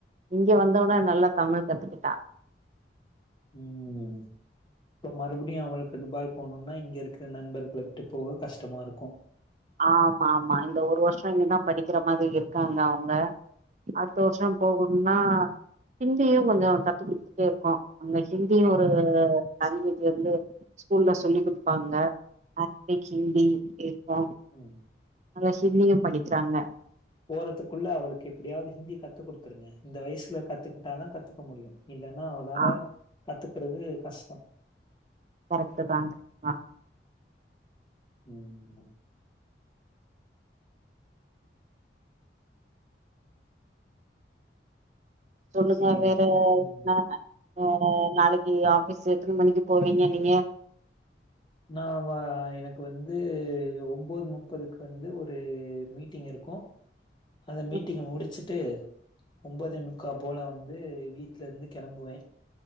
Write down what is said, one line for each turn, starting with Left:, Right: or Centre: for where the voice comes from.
Right: இங்க வந்தோன நல்லா தமிழ் கத்துக்கிட்டா
Left: உம் ம் இப்ப மறுபடியு அவளுக்கு தபாய் போணுன்னா இங்க இருக்குற நண்பர்கள விட்டு போக கஷ்டமா இருக்கும்
Right: ஆமா ஆமா இந்த ஒரு வருஷோ இங்கதா படிக்கிற மாதிரி இருக்காங்க அவுங்க அத்து வருஷோ போகணும்னா ஹிந்தியு கொஞ்சோ கத்து குடுத்துட்டே இருக்கோ அங்க ஹிந்தியும் ஒரு லாங்குவேஜ் வந்து ஸ்கூல்ல சொல்லிக் குடுப்பாங்க <unintelligible> ஹிந்தி இருக்கும்
Left: உம்
Right: நல்லா ஹிந்தியும் படிக்கிறாங்க
Left: போறதுக்குள்ள அவளுக்கு எப்டியாவது ஹிந்தி கத்து குடுத்துருங்க இந்த வயசுல கத்துக்கிட்டாதா கத்துக்க முடியும் இல்லன்னா அவளால
Right: ஆ
Left: கத்துக்குறது கஷ்டோ
Right: கரெக்ட்தாங்க ஆ
Left: உம் ம்
Right: சொல்லுங்க
Left: சரி.
Right: வேற என்ன
Left: ம்.
Right: அ நாளைக்கி ஆபீஸ் எத்தன மணிக்கு போவீங்க நீங்க
Left: நான் வா எனக்கு வந்து ஒன்போது முப்பதுக்கு வந்து ஒரு மீட்டிங் இருக்கும் அத மீட்டிங்க
Right: ம்
Left: முடிச்சுட் விட்டு ஒன்பதே முக்கா போல வந்து வீட்ல இருந்து கெளம்புவே